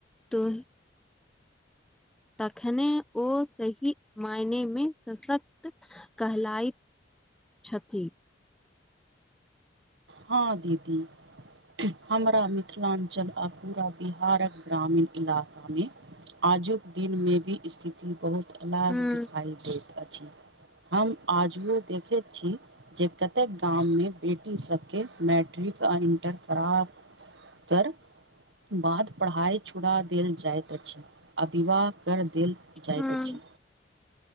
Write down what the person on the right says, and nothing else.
हँ दीदी हमरा मिथिलाञ्चल आ पूरा बिहारक ग्रामीण इलाका में आजुक दिन में भी स्थिति बहुत अलग
दिखाई देत अछि हम आजु देखे छी जे कतेक गाम मे बेटी सब मैट्रिक आ इन्टर खराब त बाद पढ़ाइ छुड़ा देल जाइत अछि आ विवाह कर देल जाइत
अछि